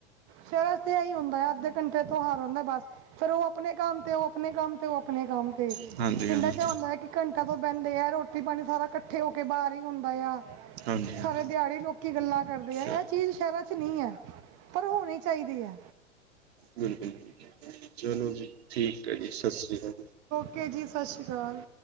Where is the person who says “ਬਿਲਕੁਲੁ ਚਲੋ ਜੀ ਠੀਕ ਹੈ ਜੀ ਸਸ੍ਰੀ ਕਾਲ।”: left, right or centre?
Right